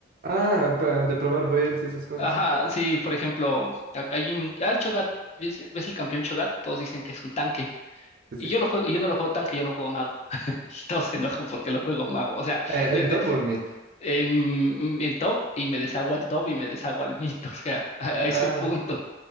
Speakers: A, on the right (about 50°); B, on the left (about 35°).
A: Ah, pa- de probar builds y esas cosas.
B: Ajá, sí, por ejemplo, a- hay un, al Cho'Gath, ¿ves, ves el campeón Cho'Gath? Todos dicen que es un tanque.
A: Sí, sí.
B: Y yo lo juego, yo no lo juego tanque, yo lo juego mago. <laughs> Y todos se enojan porque lo juego mago. O sea,
A: Eh,
B: de-
A: en
B: de-
A: top o en mid.
B: en, en top y me deshago al top y me deshago al mid. <laughs> O sea, a a ese
A: Ah.
B: punto.